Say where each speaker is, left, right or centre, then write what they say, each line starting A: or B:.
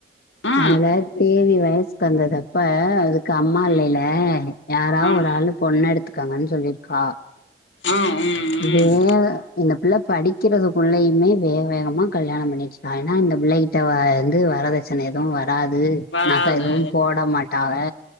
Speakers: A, on the left (about 85°); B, on the left (about 55°).
A: ஆ
B: அதல தேவி வயசுக்கு வந்ததப்ப அது க்கு அம்மா
A: ம்
B: இல்லையல்ல யாரா
A: ஆமா
B: ஒரு ஆள் பொண்ணு எடுத்துக்கங்கன்னு சொல்லிருக்காவ
A: ஆ ம்
B: வேல
A: ம்
B: இந்த புள்ள படிக்கிறதுக்குள்ளயுமே வேக வேகமா கல்யாணம் பண்ணி வெச்சிடாங்கனா இந்த புள்ளைகிட்ட வ வந்து வரதட்சணை எதுவு வ வராது
A: வராது
B: நக எதுவு போட மாட்டாவ